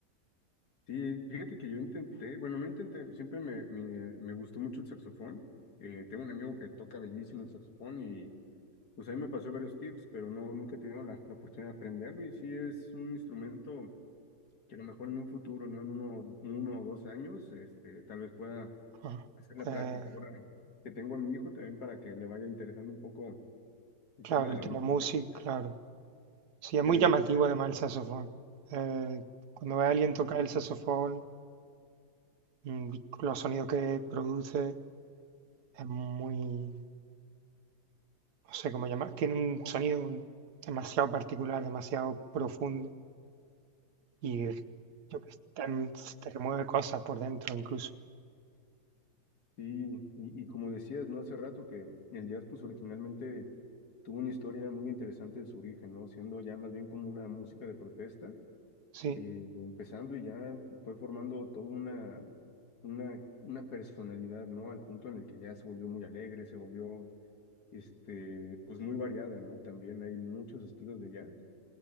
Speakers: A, on the left (about 65°); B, on the right (about 70°).
A: Sí, fíjate que yo intenté, bueno, no intenté, siempre me, me, me gustó mucho el saxofón. Eh, tengo un amigo que toca bellísimo el saxofón y pues ahí me pasó varios tips, pero no, nunca he tenido la, la oportunidad de aprenderlo y sí es un instrumento que a lo mejor en un futuro, no en uno, uno o dos años, este, tal vez pueda
B: Ajá.
A: hacer la
B: Pues
A: práctica. Ahora que tengo a mi hijo también para que le vaya interesando un poco el
B: Claro,
A: tema de
B: el
A: la
B: tema
A: música,
B: music,
A: porque
B: claro. Sí, es
A: que
B: muy
A: además
B: llamativo además el saxofón. Eh, cuando ve a alguien tocar el saxofón, mm, los sonidos que produce, es muy, no sé cómo llamar, tiene un sonido demasiado particular, demasiado profundo y yo que sé, te, te remueve cosas por dentro incluso.
A: Sí, y, y como decías, ¿no? Hace rato que el jazz pues originalmente tuvo una historia muy interesante en su origen, ¿no? Siendo ya más bien como una música de protesta,
B: Sí,
A: eh, empezando y ya fue formando toda una, una, una personalidad, ¿no? Al punto en el que ya se volvió muy alegre, se volvió, este, pues muy variada, ¿no? También hay muchos estilos de jazz,